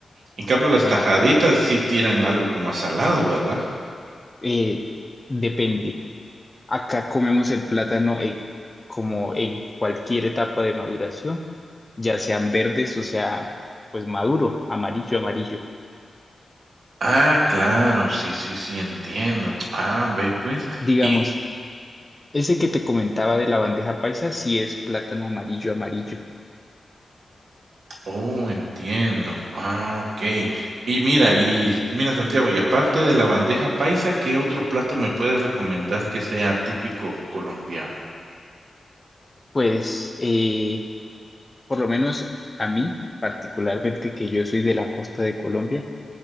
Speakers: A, on the right; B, on the left.
A: En cambio, las
B: No,
A: tajaditas
B: a-
A: sí tiran algo como a salado, ¿verdad?
B: eh, depende. Acá comemos el plátano eh, como en cualquier etapa de maduración. ya sean verdes o sea, pues maduro, amarillo, amarillo.
A: Ah, claro, sí, sí, sí, entiendo. Ah, ve pues.
B: Digamos,
A: Y,
B: ese que te comentaba de la bandeja paisa, sí es plátano amarillo, amarillo.
A: oh, entiendo. Ah, ok. Y mira, y mira, Santiago, y aparte de la bandeja paisa, ¿qué otro plato me puedes recomendar que sea típico colombiano?
B: Pues, eh, por lo menos a mí, particularmente que yo soy de la costa de Colombia,